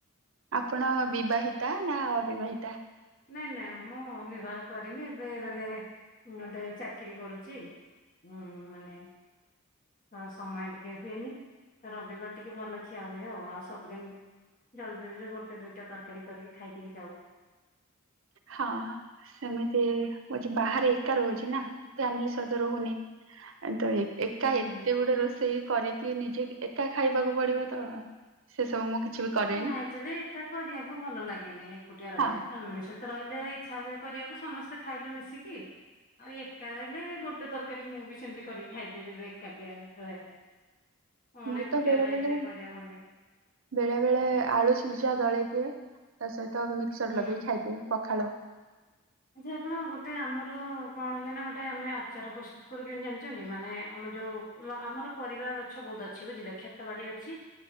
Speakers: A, on the right; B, on the left.
A: ଆପଣ ବିବାହିତା ନା ଅବିବାହିତା?
B: ନାଇଁ ନାଁ ମୁଁ ବିବାହ କରିନି ଏବେ ମାନେ ଗୋଟେ ଚାକିରି କରୁଚି। ଉଁ ମାନେ ଆ ସମୟ ଟିକେ ହୁଏନି ତ ରବିବାର ଟିକେ ଭଲ ଖିଆ ହୁଏ ଆଉ। ଆଉ ସବୁଦିନ୍ ଜଲ୍ଦି ଜଲ୍ଦି ଗୋଟେ ଦୁଇଟା ତରକାରୀ କରିକି ଖାଇ ଦେଇକି ଯାଉ।
A: ହଁ ସେମିତି ମୁଁ ବାହାରେ ଏକା ରହୁଚି ନା ଫ୍ୟାମିଲି ସହିତ ରହୁନି। ତ ଏକ୍ ଏକା
B: ହୁଁ
A: ଏତେ
B: ହୁଁ।
A: ଗୁଡ଼ା ରୋଷେଇ କରିକି ନିଜେ ଏକା ଖାଇବାକୁ ପଡ଼ିବ ତ ସେ ସବୁ ମୁଁ କିଛି ବି କରେନି
B: ନା ନା ଆକ୍ଚୁଆଲି ଏକା କରିବାକୁ ଭଲ ଲାଗେନି ଏକୁଟିଆ ରହିଲେ
A: ହଁ
B: ଫ୍ୟାମିଲି ସହିତ୍ ତ ରହିଲେ ଇଚ୍ଛା ହୁଏ କରିବାକୁ ସମସ୍ତେ ଖାଇଲୁ ମିଶିକି। ଆଉ ଏକା ରହିଲେ ଗୋଟେ ତରକାରୀ ମୁଁ ବି ସେମ୍ତି କରିକି ଖାଇ ଦିଏ ଯଦି ଏକାଟିଆ ରହେ। ଅଣେ
A: ମୁଁ ତ
B: କୁଟିବା
A: ବେଳେ
B: ପାଇଁ
A: ବେଳେ
B: ଏତେ କରିବା ଭଲ ଲାଗେନି।
A: ବେଳେ ବେଳେ ଆଳୁ ସିଝା ଦଳେଇ ଦିଏ ତା ସହିତ ମିକ୍ସର
B: ହୁଁ।
A: ଲଗେଇ ଖାଇଦିଏ ପଖାଳ।
B: ଆଚ୍ଛା ଆପଣ ଗୋଟେ ଆମର କଣ ହୁଏନା ଗୋଟେ ଆମେ ଆଚାର ପ୍ରସ୍ତୁତୁ କରୁ କେମିତି ଜାଣିଚନ୍ତି। ମାନେ ଆମର ଯୋଉ <unintelligible> ଆମର ପରିବା ଗଛ ବହୁତ୍ ଅଛି ବୁଝିଲେ ଖେତ ବାଡ଼ି ଅଛି।